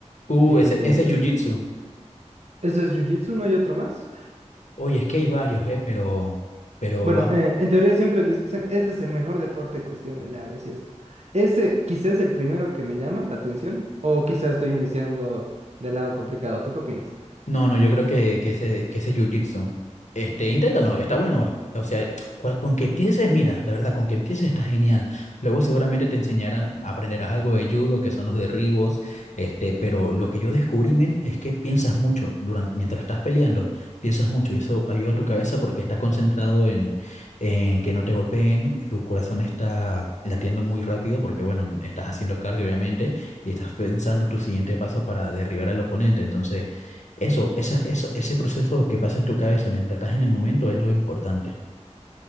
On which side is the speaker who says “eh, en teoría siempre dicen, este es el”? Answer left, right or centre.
Right